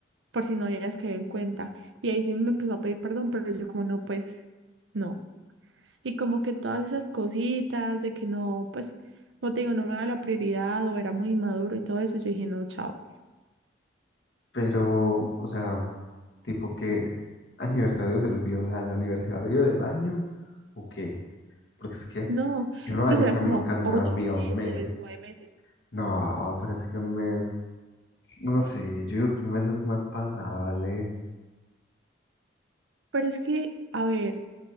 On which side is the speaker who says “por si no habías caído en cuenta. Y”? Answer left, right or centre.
Right